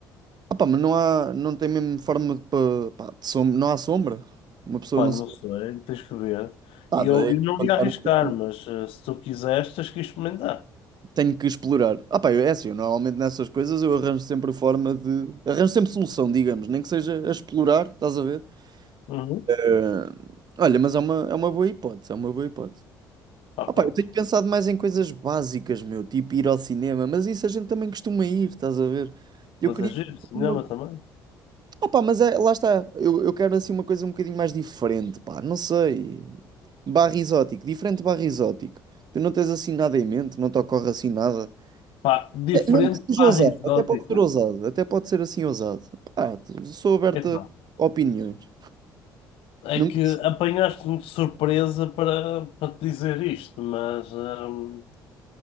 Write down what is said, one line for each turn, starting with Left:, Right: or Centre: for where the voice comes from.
Right: opá, mas não há, não tem mesmo forma de, pa- pá, de som- não há sombra. Uma pessoa
Left: Pá,
Right: não
Left: não
Right: se
Left: sei, tens que ver.
Right: Nada,
Left: E eu, eu
Right: é
Left: não
Right: encontrar
Left: ia arriscar,
Right: o que
Left: mas eh, se tu quiseres, tens que experimentar.
Right: tenho que explorar. Ah, pá, eu- é assim, eu normalmente nessas coisas eu arranjo sempre forma de. Arranjo sempre solução, digamos, nem que seja a explorar, estás a ver?
Left: Uhum.
Right: Eh, olha, mas é uma, é uma boa hipótese, é uma boa hipótese.
Left: Pá,
Right: Ah,
Left: pronto.
Right: pá, eu tenho pensado mais em coisas básicas, meu, tipo ir ao cinema, mas isso a gente também costuma ir, estás a ver? Eu
Left: Mas
Right: queria
Left: é giro, cinema
Right: uma.
Left: também.
Right: Ah, pá, mas é, lá está, eu, eu quero assim uma coisa um bocadinho mais diferente, pá, não sei. Barra exótico, diferente barra exótico. Tu não tens assim nada em mente, não te ocorre assim nada.
Left: Pá, diferente
Right: É, Mesmo que seja
Left: barra
Right: ousado,
Left: exótico.
Right: até pode ser ousado, até pode ser assim ousado. Pá, sou aberto
Left: Epá,
Right: a opiniões.
Left: é
Right: Nunca...
Left: que apanhaste-me de surpresa para, para te dizer isto, mas hum,